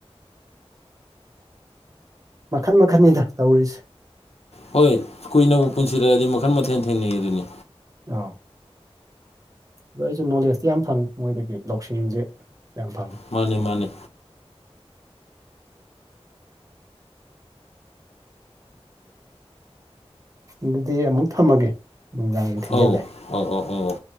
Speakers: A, on the right; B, on the left.
A: ꯃꯈꯟ ꯃꯈꯟꯅꯤꯗ ꯇꯧꯔꯤꯁꯦ
B: ꯍꯣꯏ ꯀꯨꯏꯅꯕꯨ ꯄꯨꯟꯁꯤꯔꯛꯑꯗꯤ ꯃꯈꯟ ꯃꯊꯦꯜ ꯊꯦꯡꯅꯩꯌ‌ꯦꯗꯨꯅꯤ
A: ꯑꯥ ꯑꯗꯣ ꯑꯩꯁꯨ ꯅꯣꯂꯦꯖꯇꯤ ꯌꯥꯝ ꯐꯪꯉꯤ ꯃꯣꯏꯗꯒꯤ ꯂꯧꯁꯤꯡꯁꯦ ꯌꯥꯝ ꯐꯪꯉꯦ
B: ꯃꯥꯅꯦ ꯃꯥꯅꯦ
A: ꯑꯗꯨꯗꯤ ꯑꯃꯨꯛ ꯊꯝꯃꯒꯦ ꯅꯨꯡꯗꯥꯡꯁ‌ꯦ ꯊꯦꯡꯖꯤꯜꯂꯛꯑꯦ
B: ꯑꯧ ꯑꯧ ꯑꯧ ꯑꯧ